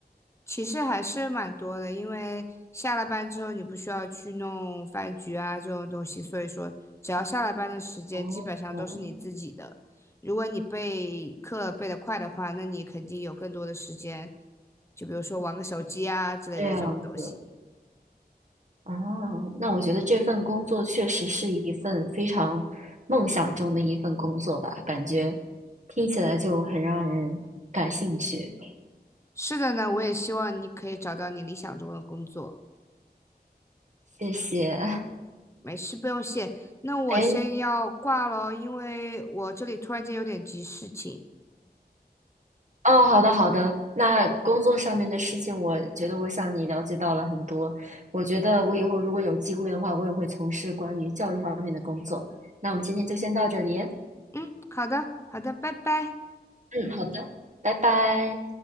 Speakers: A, on the left; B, on the right.
A: 其实还是蛮多的，因为下了班之后你不需要去弄饭局啊这种东西，所以说只要下了班的时间基本上都是你自己的。
B: 哦，
A: 如果你备课备得快的话，那你肯定有更多的时间，就比如说玩个手机啊之类的这种东西。
B: 这样子，哦，那我觉得这份工作确实是一份非常梦想中的一份工作吧，感觉听起来就很让人感兴趣。
A: 是的呢，我也希望你可以找到你理想中的工作。
B: 谢谢。
A: 没事，不用谢。那我先要挂咯，
B: 哎，
A: 因为我这里突然间有点急事情。
B: 哦，好的好的，那工作上面的事情，我觉得我向你了解到了很多。我觉得我以后如果有机会的话，我也会从事关于教育方面的工作。那我们今天就先到这里。
A: 嗯，好的，好的，拜拜。
B: 嗯，好的，拜拜。